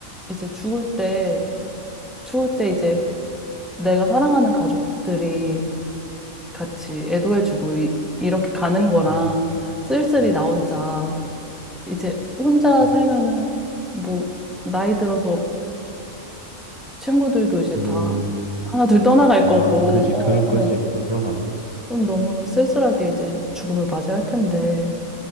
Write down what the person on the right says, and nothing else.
음,
음,
음,
음.
아,
그지.
그럴 거지.
그 그러면 안 되지.